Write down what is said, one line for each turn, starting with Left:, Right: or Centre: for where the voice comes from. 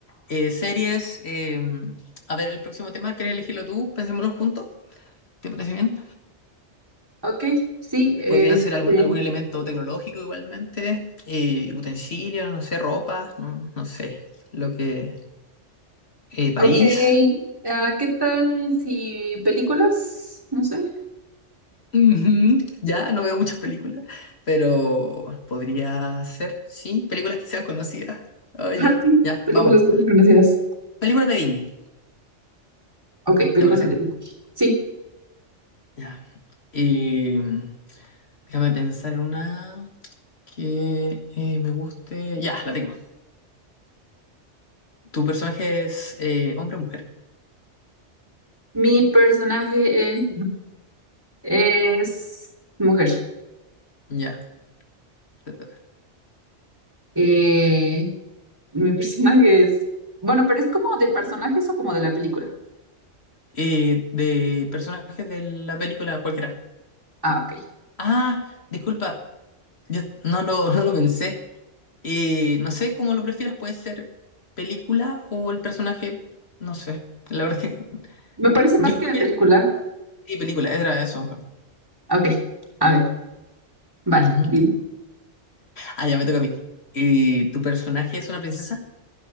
Left: eh, series, eh, a ver, el próximo tema, ¿quieres elegirlo tú? Pensémoslo juntos, ¿te parece bien?
Right: ok, sí, este,
Left: Podría ser algún, algún elemento tecnológico igualmente, eh, utensilio, no sé, ropa, no, no sé, lo que... eh, país.
Right: ok, ah, ¿qué tal si películas? No sé.
Left: Ujú, Ya no veo muchas películas, pero podría ser, sí, películas que sean conocidas. Ah,
Right: Ajá,
Left: ya,
Right: sí,
Left: ya,
Right: películas
Left: vamos.
Right: que son conocidas.
Left: Películas de Disney,
Right: Ok, películas
Left: ¿te parece?
Right: de... Sí,
Left: Ya. Y mm, déjame pensar en una que eh, me guste. Ya, la tengo. ¿Tu personaje es eh, hombre o mujer?
Right: mi personaje eh, <laughs> es mujer.
Left: Ya, te toca.
Right: Eh, mi personaje es... Bueno, pero es como de personajes o como de la película.
Left: Eh, de personajes de la película cualquiera.
Right: Ah, ok.
Left: Ah, disculpa, yo no lo, <laughs> no lo pensé. Eh, no sé cómo lo prefieras, puede ser película o el personaje, no sé. La verdad es que <laughs>
Right: Me parece
Left: yo
Right: más
Left: creo
Right: que de
Left: que
Right: película.
Left: pel- sí, película, era eso mejor.
Right: Ok, a ver, vale,
Left: Ujú.
Right: dime.
Left: Ah, ya me toca a mí. Eh, ¿tu personaje es una princesa?